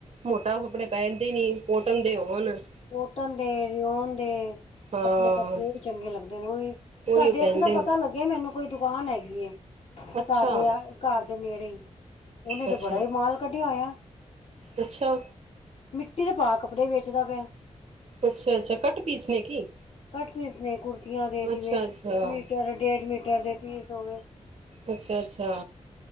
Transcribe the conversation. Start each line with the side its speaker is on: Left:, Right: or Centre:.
Right: ਮੋਟਾ ਕੱਪੜੇ ਪੈਂਦੇ ਨੀ, ਕੋਟਨ ਦੇ ਹੋਨ।
Left: ਕੋਟਨ ਦੇ, ਰਿਓਨ ਦੇ।
Right: ਹਾਂ
Left: ਪਤਲੇ-ਪਤਲੇ ਉਹੀ ਚੰਗੇ ਲੱਗਦੇ ਨੇ। ਓਹੀ,
Right: ਉਹੀਓ
Left: ਸਾਡੇ
Right: ਪਹਿਨਦੇ
Left: ਉੱਥੇ ਨਾ
Right: ਨੇ
Left: ਪਤਾ ਲੱਗ ਯਾ ਮੈਨੁੰ ਕੋਈ ਦੁਕਾਨ ਹੈਗੀ ਏ।
Right: ਅੱਛਾ
Left: ਘਰ ਦੇ ਆ, ਘਰ ਦੇ ਨੇੜੇ ਈ। ਉਹਨੇ ਤੇ
Right: ਅੱਛਾ
Left: ਬੜਾ ਈ ਮਾਲ ਕੱਢਿਆ ਹੋਇਐ।
Right: ਅੱਛਾ
Left: ਮਿੱਟੀ ਦੇ ਭਾਅ ਕੱਪੜੇ ਵੇਚਦਾ ਪਿਐ।
Right: ਅੱਛਾ -ਅੱਛਾ, ਕੱਟ -ਪੀਸ ਨੇ ਕੀ?
Left: ਕਟ -ਪੀਸ ਨੇ ਕੁੜਤੀਆਂ ਦੇ ਜਿਵੇਂ,
Right: ਅੱਛਾ ਅੱਛਾ
Left: ਮੀਟਰ- ਡੇਢ ਮੀਟਰ ਦੇ ਪੀਸ ਹੋਵੇ।
Right: ਅੱਛਾ- ਅੱਛਾ,